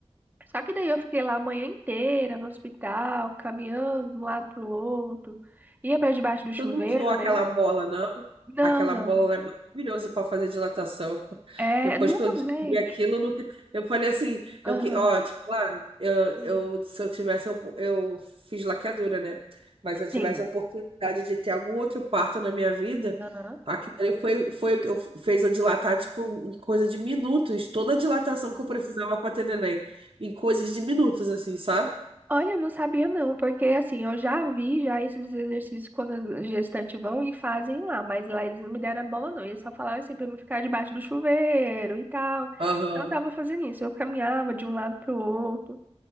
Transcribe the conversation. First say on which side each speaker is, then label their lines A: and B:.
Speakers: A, on the right (about 15°); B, on the right (about 55°).
A: Só que daí eu fiquei lá a manhã inteira no hospital, caminhando de um lado pro outro. Ia para debaixo do chuveiro,
B: Tu não usou aquela
A: né?
B: bola, não?
A: Não,
B: Aquela
A: não.
B: bola ela é maravilhosa para fazer dilatação.
A: É,
B: Depois
A: não
B: que eu
A: usei.
B: descobri aquilo, eu, nunca- eu falei assim,
A: Aham.
B: eu que, ó, te falar, eu,
A: Hum.
B: eu, se eu tivesse, eu, eu fiz laqueadura, né? Mas se eu tivesse
A: Sim.
B: a oportunidade de ter algum outro parto na minha vida,
A: Aham.
B: aquilo ali foi, foi o que eu, fez eu dilatar, tipo, em coisa de minutos, toda a dilatação que eu precisava para ter neném, em coisas de minutos, assim, sabe?
A: Olha, eu não sabia não, porque assim, eu já vi já esses exercícios quando as gestantes vão e fazem lá, mas lá eles não me deram a bola não, eles só falaram assim pra mim ficar debaixo do chuveiro e tal.
B: Aham.
A: Então eu tava fazendo isso, eu caminhava de um lado pro outro.